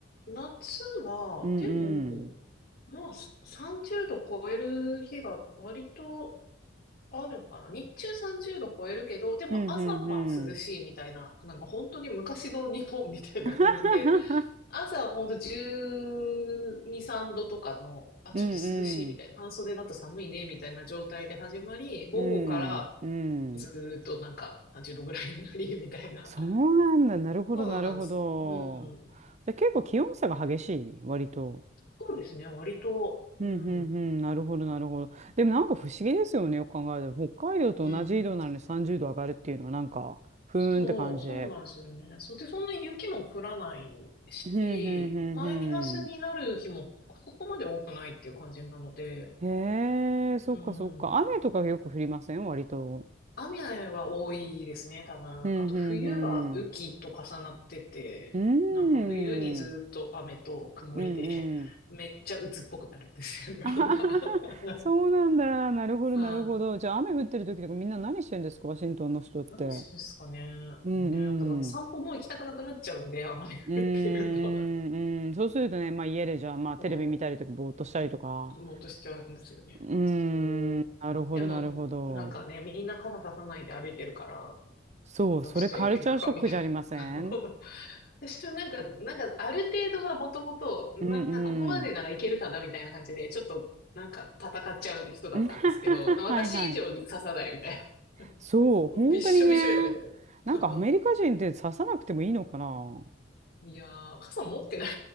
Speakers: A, on the left; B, on the right.
A: 夏は、
B: うんうん。
A: でも、まあ、す30度超える日が割とあるかな。日中30度超えるけど、でも朝晩涼しいみたいな、
B: うんうんうん。
A: なんか本当に昔の日本みたいな感じで、
B: <laughs>
A: 朝はほんと12、3度とかの、あ、ちょっと涼しいみたいな、
B: うんうん。
A: 半袖だと寒いねみたいな状態で始まり、午後から
B: うんうん。
A: ずーっとなんか30度ぐらいになり、みたいな。
B: そうなんだ。
A: <laughs>
B: なるほど、
A: そうなんです。
B: なるほど。
A: うん。
B: じゃあ結構気温差が激しい、割と。
A: そうですね、割と。
B: うんうんうん、
A: うん。
B: なるほど、なるほど。でもなんか不思議ですよね、よく考えたら。北海道と同じ緯度なのに30度上がるっていうのはなんか、
A: うん。
B: ふーんって感じで。
A: そう、そうなんですよね。そうで、そんなに雪も降らないし、
B: ふんふんふんふ
A: マイナスになる日もそこまで多くないっていう感じなので、
B: ん。へえ、そっかそっか。
A: うん。
B: 雨とかよく降りません割と。
A: 雨は多いですね、多分。
B: ふんふんふん。
A: あと冬が雨季と重なってて、
B: うーん。
A: なんか冬にずっと雨と曇りで、
B: うんうん。
A: <laughs> めっちゃ鬱っぽくなるんですよね、
B: あははは
A: <laughs> みんな。<laughs>
B: そうなんだ。なるほど、
A: はい。
B: なるほど。じゃあ雨降ってる時とかみんな何してんですかワシントンの人って。
A: 何ですかね。
B: うんうん。
A: ね、だから散歩も行きたくなくなっちゃうんで、雨降ってると。
B: うーん、うん、そうするとね、まあ家でじゃあ、まあテレビ見たりとか、
A: そ
B: ぼーっとしたりとか。
A: う、ぼーっとしちゃうんですよね。
B: うーん、
A: そう。
B: なるほど、
A: でも、
B: なるほど。
A: なんかね、みんな傘ささないで歩いてるから、
B: そう、
A: <laughs> よし、
B: それカルチャーショックじゃありません
A: じゃあ行くか、みたいな。<laughs> 私はなんか、なんか、ある程度はもともと、まあ、
B: うんうん。
A: ここまでならいけるかな、みたいな感じで、ちょっと、なんか、戦っちゃう人だったんですけど、
B: <laughs>
A: 私以上に刺さない、
B: はいはい。
A: みたいな。
B: そう、
A: <laughs>
B: 本当にね。
A: もうびっしょびしょよ、みたい
B: なんかアメリカ人って刺さなくてもいいのかな
A: な。<laughs> いやー、傘持ってない。